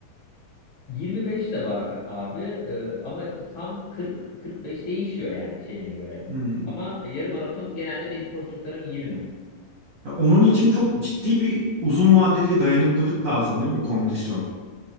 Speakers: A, on the left; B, on the right.
A: 25 de var ka- abi Ee, ama tam 40-45 değişiyor yani şeyine göre.
B: Hmm.
A: Ama yarım maraton genelde benim koştuklarım 20.
B: Ya onun için çok ciddi bir uzun vadeli dayanıklılık lazım değil mi? Kondisyon.